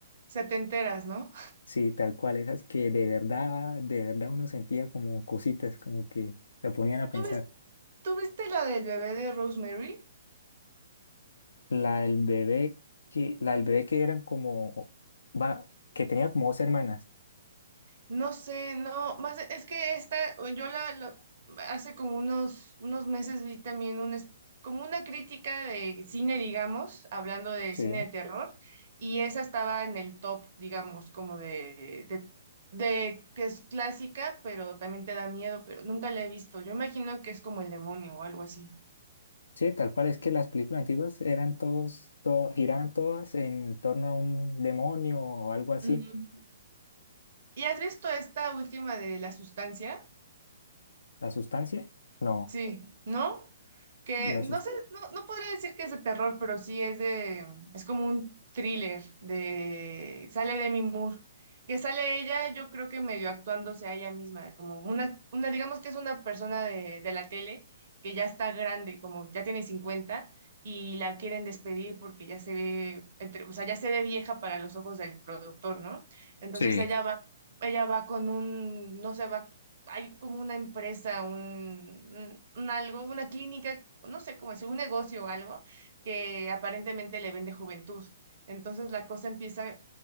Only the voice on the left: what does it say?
Sí, tal cual, esas que de verdad, de verdad uno sentía como cositas, como que la ponían a pensar.
La del bebé que, la del bebé que eran como, va, que tenía como dos hermanas.
Sí,
sí, tal cual, es que las películas antiguas eran todos, to- giraban todas en torno a un demonio o algo así.
¿La sustancia? No,
la
sus-
Sí,